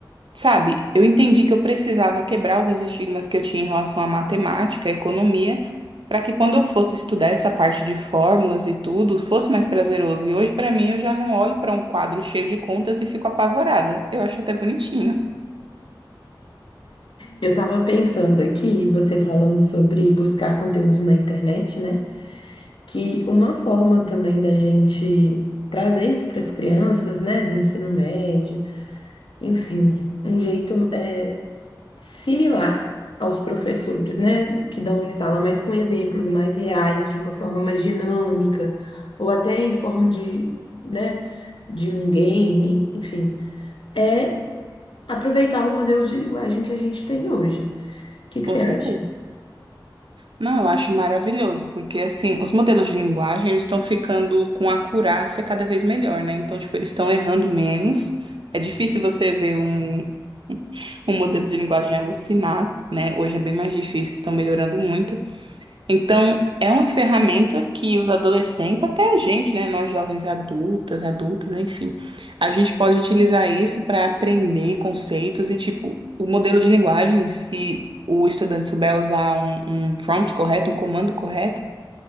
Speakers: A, on the right; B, on the left.
A: sabe, eu entendi que eu precisava quebrar alguns estigmas que eu tinha em relação à matemática, à economia, para que quando eu fosse estudar essa parte de fórmulas e tudo, fosse mais prazeroso. E hoje, para mim, eu já não olho para um quadro cheio de contas e fico apavorada. Eu acho até bonitinho,
B: Eu estava pensando aqui, você falando sobre buscar conteúdos na internet, né? que uma forma também da gente trazer isso para as crianças, né, do ensino médio, enfim, um jeito é, similar aos professores, né, que dão em sala, mas com exemplos mais reais, de uma forma mais dinâmica, ou até em forma de, né, de um game, enfim, é aproveitar os modelos de linguagem que a gente tem hoje. O que que
A: com
B: você
A: certeza.
B: acha?
A: Não, eu acho maravilhoso, porque assim, os modelos de linguagem, eles estão ficando com acurácia cada vez melhor, né? Então, tipo, eles estão errando menos. É difícil você ver um, um modelo de linguagem alucinar, né? Hoje é bem mais difícil, estão melhorando muito. Então, é uma ferramenta que os adolescentes, até a gente, né, nós jovens adultas, adultas, enfim, a gente pode utilizar isso para aprender conceitos e, tipo, o modelo de linguagem, se o estudante souber usar um, um prompt correto, um comando correto,